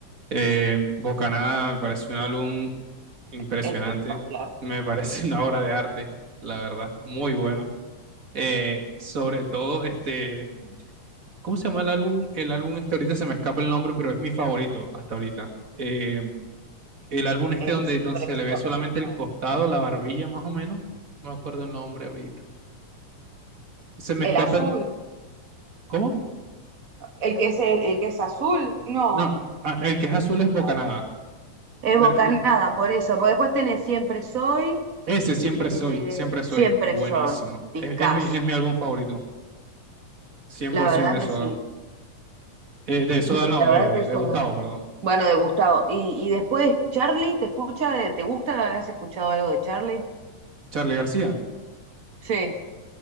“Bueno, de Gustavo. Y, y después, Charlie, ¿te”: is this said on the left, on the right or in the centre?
Right